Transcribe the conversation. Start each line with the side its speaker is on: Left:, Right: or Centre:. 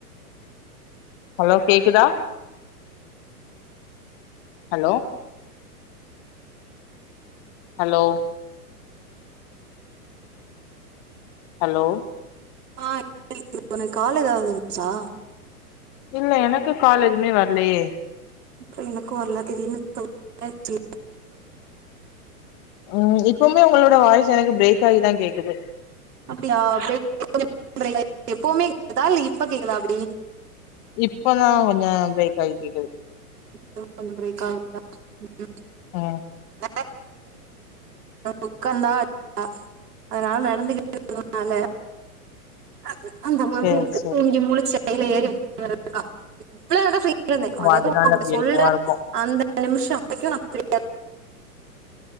Left: ஹலோ கேக்குதா ஹலோ ஹலோ ஹலோ
Right: ஆ கேக்குது உனக்கு கால் ஏதாவது வந்துச்சா
Left: இல்ல எனக்கு கால் எதுமே வர்லயே
Right: இப்ப எனக்கு வரலா திடீர்னு சவுண்ட்டா இருந்துச்சு
Left: ம் இப்பவுமே உங்களோட வாய்ஸ் எனக்கு பிரேக் ஆகிதா கேக்குது
Right: அப்டியா ப்ரேக் கொஞ்சோ ப்ரேக்காயி எப்பவுமே கேக்குதா இல்ல இப்ப கேக்குதா அப்டி
Left: இப்பதா கொஞ்சோ ப்ரேக்காயி கேக்குது
Right: இப்பதா கொஞ்சோ பிரேக் ஆவுதா, ம்
Left: ஆ
Right: <inaudible> உட்காந்தா <inaudible> அதனால நடந்துகிட்டே இருக்றதுனால அது அந்த மாதிரி
Left: சேரி
Right: இருக்கு
Left: சேரி
Right: தூங்கி முழிச்சு கைல ஏறி <inaudible> இவ்ளோ நோரோ சொல்லிட்டுதா இருந்தே
Left: ஓ
Right: அதாது
Left: அதனால
Right: ஒங்கிட்ட
Left: அப்டி
Right: சொல்ற
Left: இருக்குமா இருக்கு
Right: அந்த நிமிஷ வரைக்கு நா ஃப்ரியா